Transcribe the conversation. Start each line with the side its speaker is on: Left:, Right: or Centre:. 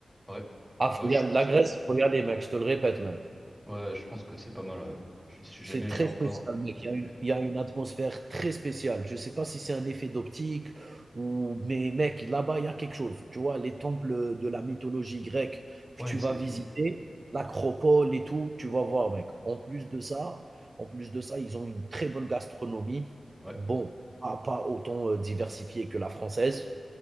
Centre: Ouais,
Right: Ah,
Centre: ouais,
Right: faut y
Centre: je
Right: aller,
Centre: pense
Right: la Grèce,
Centre: que...
Right: faut y aller, mec, je te le répète même.
Centre: Ouais, je pense que c'est pas mal, ouais. Je suis
Right: C'est
Centre: jamais allé
Right: très
Centre: encore,
Right: spécial, mec.
Centre: mais...
Right: Il y a une il y a une atmosphère très spéciale. Je sais pas si c'est un effet d'optique ou mais mec, là-bas, il y a quelque chose. Tu vois, les temples, de la mythologie grecque que
Centre: Ouais,
Right: tu
Centre: c'est...
Right: vas visiter, l'acropole et tout, tu vas voir, mec. En plus de ça en plus de ça, ils ont une très bonne gastronomie.
Centre: Ouais,
Right: Bon, pas pas autant, heu, diversifiée que la française.